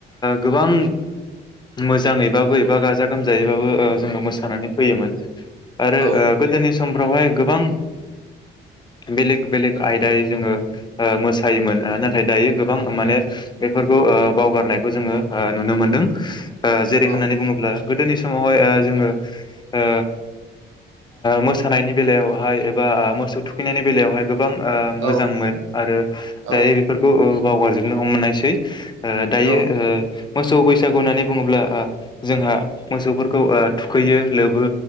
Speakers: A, on the left (about 20°); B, on the right (about 85°).
A: गोबां मोजाङैबाबो एबा गाजा गोमजायैबाबो जोङो मोसानानै फैयोमोन। आरो
B: औ
A: गोदोनि सम बेावहाय गोबां बेलेग बेलेग आयदायै जोङो मोसायोमोन नाथाय दायो गोबां माने बेफोरखौ बावगारनायखौ जोङो नुनो मोनदों। ओ जेरै
B: औ
A: होननानै बुङोब्ला- गोदोनि समावहाय जोङो ओ मोसानायनि बेलायावहाय एबा मोसौ थखैनायनि बेलायावहाय- गोबां मोजांमोन
B: औ
A: आरो
B: औ
A: दायो बेफोरखौ बावगारजोबनो हमनायसै। ओ दायो
B: औ
A: ओ मोसौ बैसागु होननानै बुङोब्ला ओ जोंहा मोसौफोरखौ थुखैयो लोबो।